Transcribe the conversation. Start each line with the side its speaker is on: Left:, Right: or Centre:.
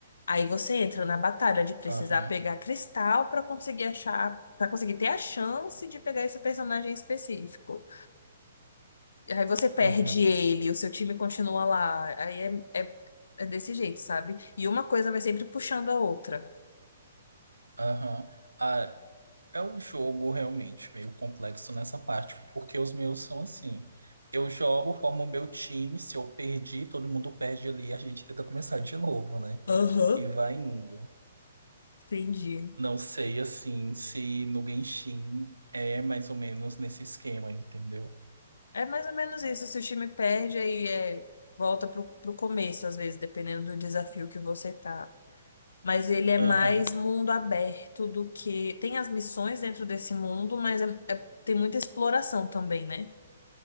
Left: Aí você entra na batalha de precisar
Right: Aham,
Left: pegar cristal para conseguir achar, para conseguir ter a chance de pegar esse personagem específico. Aí você perde
Right: uhum,
Left: ele, o seu time continua lá. Aí é, é, é desse jeito, sabe? E uma coisa vai sempre puxando a outra.
Right: aham. Ah, é um jogo realmente meio complexo nessa parte, porque os meus são assim. Eu jogo, formo o meu time, se eu perdi, todo mundo perde ali, a gente tenta começar de novo, né?
Left: Aham,
Right: E vai indo.
Left: entendi.
Right: Não sei assim se no Genshin é mais ou menos nesse esquema, entendeu?
Left: É mais ou menos isso. Se o time perde, aí é, volta pro, pro começo, às vezes, dependendo do desafio que você tá. Mas ele é mais
Right: Aham,
Left: mundo aberto do que. Tem as missões dentro desse mundo, mas é- é- tem muita exploração também, né?